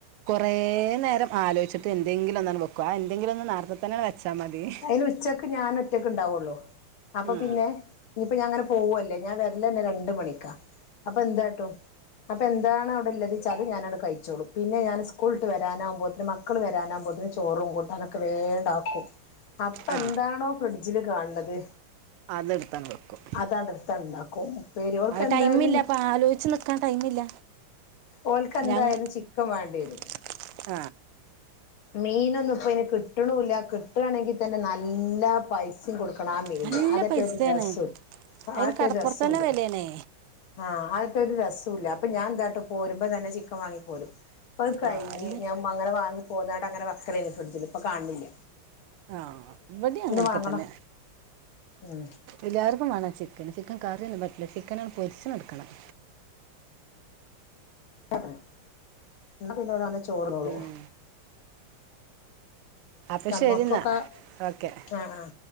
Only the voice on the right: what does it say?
കോറെ നേരം ആലോയിച്ട്ട് എന്തെങ്കിലും ഒന്നാണ്ട് വെക്കു അത് എന്തെങ്കിലും ഒന്ന് നെർത്തെ തന്നെ വെച്ചാ മതി
ഉം
ആ
അതെടുത്താണ് വെക്കും
അത്
ടൈമില്ല അപ്പൊ ആലോചിച്ച് നിക്കാൻ ടൈമില്ല
ഞങ്ങ
<inaudible>
നല്ല
പൈസയാണ്
അതിന്
കടപ്പുറത്ത്
തന്നെ വിലയാണേ
ആഹ് അല്ല
ആ ഇവടി അങ്ങനക്കെ
തന്നെ
എല്ലാര്ക്കും വാണം ചിക്കന് ചിക്കൻ കറിയൊന്നും പറ്റില്ല ചിക്കനാണ്ട് പൊര്ച് കൊട്ക്കണം
ഉം അപ്പ
ശെരി ന്നാ ഓക്കെ